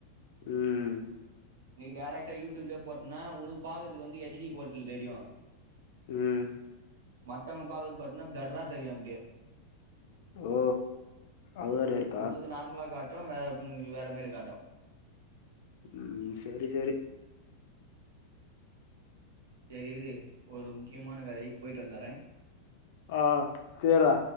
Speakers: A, on the left; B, on the right.
A: ம்
B: நீ டேரக்டா யூடியூப்லே போட்னா உனுக் பாகத்துக்கு வந்து எச் டி கோல்ட்டில தெரியு
A: ம்
B: மத்தவங்க பாக்குறது பாத்ன்னா ப்ளர்ரா தெரியு அப்டே
A: ஓ அது வேற இருக்
B: உனுக்கு நார்மலா காட்டும் வேற ஒருத்தங்களுக்கு வேற மாரி காட்டூ
A: ம் சரி சரி
B: சரி இரு ஒரு முக்கியமான வேலை போயிட்டு வந்துற்றே
A: ஆ சேர்ரா